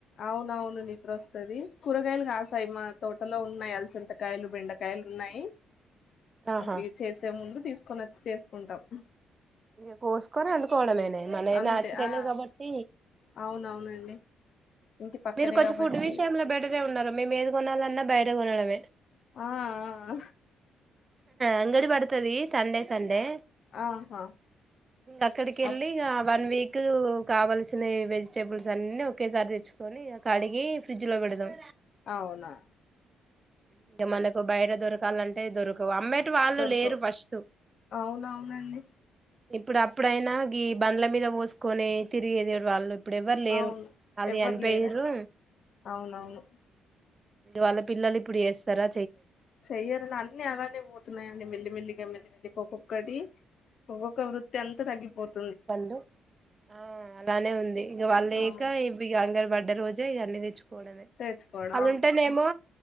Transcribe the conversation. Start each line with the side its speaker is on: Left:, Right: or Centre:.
Left: అవునవును నిద్ర వస్తది కూరగాయలు కాసాయి మా తోటలో ఉన్నాయి అల్చంట. కాయలు బెండకాయలు ఉన్నాయి
Right: ఆహా
Left: అవి చేసే ముందు తీసు. కొని వచ్చి చేసుకుంటాం.
Right: ఇగ కోసుకొని అండుకోవడమేనే మన
Left: అంతే
Right: నాచురల్
Left: ఆ
Right: ఏ కాబట్టి.
Left: అవునవునండి. ఇంటి పక్కనే
Right: మీరు కొంచెం
Left: కాబట్టి
Right: ఫుడ్ విషయంలో బెటరే ఉన్నారు మేము ఏది కొనాలన్నా బయట కొనడమే.
Left: అ ఆ.
Right: అంగడి పడుతది సండే సండే.
Left: ఆహా
Right: ఇంగ అక్కడికి వెళ్ళి
Left: అప్
Right: ఇక వన్ వీక్. కావల్సిన వెజిటేబుల్స్ అన్ని ఒకేసారి తెచ్చుకొని కడిగి ఫ్రిడ్జ్ లో పెడదాం.
Left: అవునా.
Right: ఇంక మనకు బయట దొరకాలంటే దొరక. అమ్మేటి వాళ్ళు
Left: దొరకవ్
Right: లేరు ఫస్ట్.
Left: అవునవునండి
Right: ఇప్పుడు అప్పుడైనా ఈ బండ్ల మీద పోసుకొని తిరిగేది వాళ్ళు. ఇప్పుడు ఎవ్వరు లేరు
Left: అవును
Right: వాళ్ళు
Left: ఎవ్వరు
Right: చనిపోయరు.
Left: లేరండి అవునవును
Right: వాళ్ళ పిల్లలు ఇప్పుడు చేస్తరా.
Left: చెయ్యరు అన్ని అలానే పోతున్నాయండి మెల్లి మెల్లిగా మెల్లిమెల్లి గా ఒక్కొక్కటి. ఒక్కొక్క వృత్తి అంత తగ్గిపోతుంది.
Right: పండు ఆ అలానే ఉంది ఇక వాళ్ళేక
Left: అవును
Right: ఇవి అంగన్వాడీ. అడ రోజే ఇవ అన్ని తెచ్చుకోవడమే
Left: తెచ్చుకోవడం
Right: అది
Left: అవును
Right: ఉంటేనేమో